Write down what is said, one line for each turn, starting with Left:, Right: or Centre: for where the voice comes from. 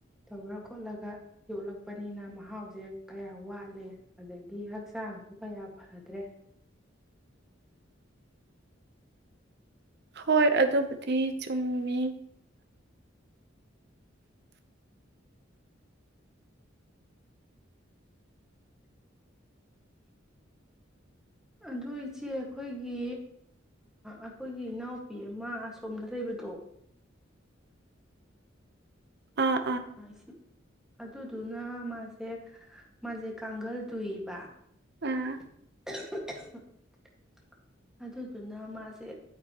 Centre: ꯇꯧꯔ ꯈꯣꯠꯂꯒ ꯌꯣꯛꯂꯛꯄꯅꯤꯅ ꯃꯍꯥꯎꯁꯦ ꯀꯌꯥ ꯋꯥꯠꯂꯦ ꯑꯗꯒꯤ ꯍꯛꯆꯥꯡꯁꯨ ꯀꯌꯥ ꯐꯗ꯭ꯔꯦ
Right: ꯍꯣꯏ ꯑꯗꯨꯕꯨꯗꯤ ꯆꯨꯝꯃꯤ
Centre: ꯑꯗꯣ ꯏꯆꯦ ꯑꯈꯣꯏꯒꯤ ꯑꯈꯣꯏꯒꯤ ꯏꯅꯥꯎꯄꯤ ꯑꯃ ꯑꯁꯣꯝꯗ ꯂꯩꯕꯗꯣ
Right: ꯑ
Centre: ꯁꯤ ꯑꯗꯨꯗꯨꯅ ꯃꯥꯁꯦ ꯃꯥꯁꯦ ꯀꯥꯡꯒꯜ ꯇꯨꯏꯕ
Right: ꯎꯝ
Centre: <unintelligible> ꯑꯗꯨꯗꯨꯅ ꯃꯥꯁꯦ